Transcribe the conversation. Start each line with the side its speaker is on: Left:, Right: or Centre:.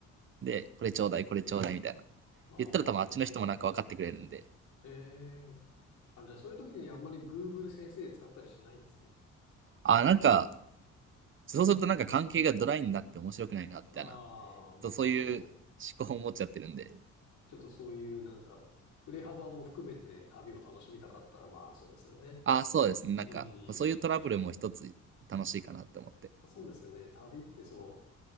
Right: で、これちょうだい、これちょうだいみたいな。
Left: ああ、
Right: 言ったら多分あっちの人もなんか分かってくれるんで、
Left: ええ、あ、じゃあ、そういう時にあんまり Google 先生使ったりしないんですね。
Right: あー、なんか、そうするとなんか関係がドライになって面白くないな、みたいな。
Left: ああ、まあまあ、
Right: とそういう
Left: そうですね。
Right: 思考を持っちゃってるんで。
Left: ちょっとそういう、なんだろう。振れ幅も含めて旅を楽しみたかったら、まあ、そうですよね。
Right: あ、そうですね。なんか、
Left: う
Right: そういうトラブルも一つ楽しいかなって思って。
Left: ん。そうですよね。旅ってそ